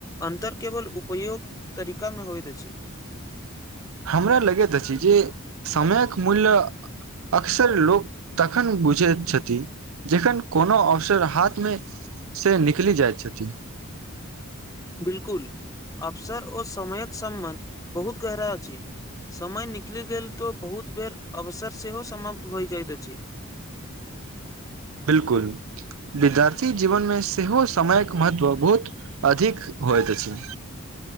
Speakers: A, on the left; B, on the right.
A: अन्तर केवल उपयोग तरीका मे होइत अछि।
B: हमरा लगैत अछि जे समयक मूल्य। अक्सर लोक तखन बुझैत छथि। जखन कोनो अवसर हाथमे से निकलि जाइत छथि।
A: बिल्कुल अवसर ओ समयक सम्बंध बहुत गहरा अछि। समय निकलि गेल तऽ बहुत बेर अवसर सेहो समाप्त भए जाइत अछि।
B: बिल्कुल विद्यार्थी जीवन मे सेहो समयक महत्व बहुत अधिक होइत अछि।